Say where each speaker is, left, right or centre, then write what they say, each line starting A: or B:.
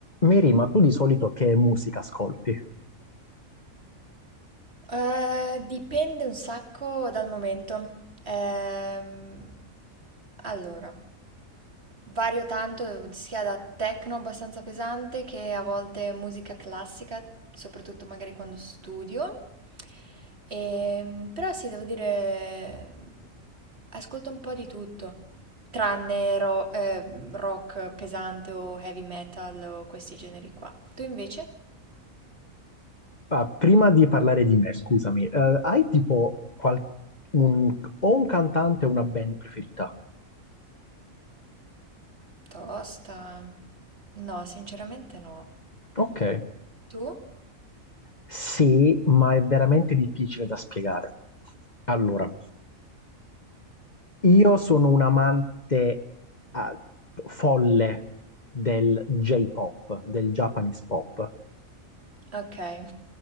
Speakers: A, on the left; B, on the right.
A: Mary, ma tu di solito che musica ascolti?
B: Eh, dipende un sacco dal momento. Ehm, allora, vario tanto sia da techno abbastanza pesante che a volte musica classica, soprattutto magari quando studio. Ehm, però sì, devo dire, ascolto un po' di tutto, tranne ro- eh, rock pesante o heavy metal o questi generi qua. Tu invece?
A: Ah, prima di parlare di me, scusami, eh, hai tipo qual- un- o un cantante o una band preferita?
B: Tosta. No, sinceramente no.
A: Ok.
B: Tu?
A: Sì, ma è veramente difficile da spiegare. Allora, io sono un amante ah, folle del J-pop, del Japanese pop.
B: Okay.